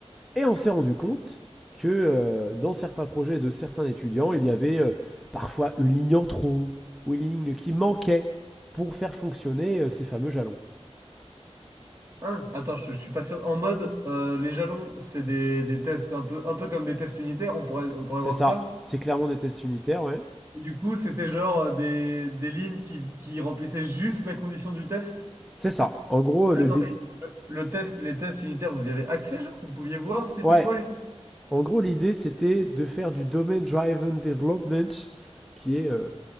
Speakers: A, in the centre; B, on the right (about 25°).
A: et on s'est rendu compte que euh, dans certains projets de certains étudiants, il y avait euh, parfois une ligne en trop ou une ligne qui manquait pour faire fonctionner euh, ces fameux jalons.
B: Hein Attends, je, je suis pas sûr. En mode, euh, les jalons, c'est des, des tests un peu, un peu comme des tests unitaires, on pourrait, on pourrait
A: C'est
B: voir
A: ça.
B: ça.
A: C'est clairement des tests unitaires, ouais.
B: Et du coup, c'était genre euh, des, des lignes qui, qui remplissaient juste la condition du test.
A: C'est ça. En gros, le
B: Mais Attends,
A: DD...
B: mais le, le test, les tests unitaires, vous y avez accès, genre? Vous pouviez voir c'était
A: ouais.
B: quoi les...
A: En gros, l'idée, c'était de faire du Domain Driven Development, qui est euh,